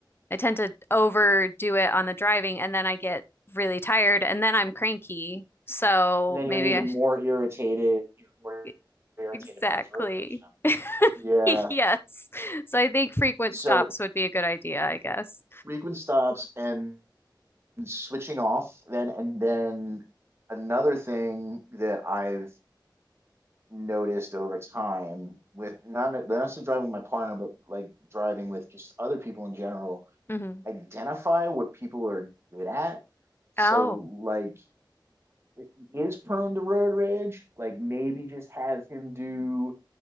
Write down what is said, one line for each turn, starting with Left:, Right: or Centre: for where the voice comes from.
Left: I tend to overdo it on the driving and then I get really tired and then I'm cranky. So
Right: and then
Left: maybe
Right: you're even
Left: I sh-
Right: more irritated, even more
Left: e-,
Right: irritated
Left: exactly.
Right: by his road rage. then.
Left: <laughs>
Right: Yeah,
Left: Yes. So I think frequent
Right: so
Left: stops would be a good idea, I guess.
Right: frequent stops and switching off then and then another thing that I've noticed over time with not not necessarily driving with my partner, but like driving with just other people in general,
Left: hmm
Right: identify what people are good at. So
Left: Oh,
Right: like if he is prone to road rage, like maybe just have him do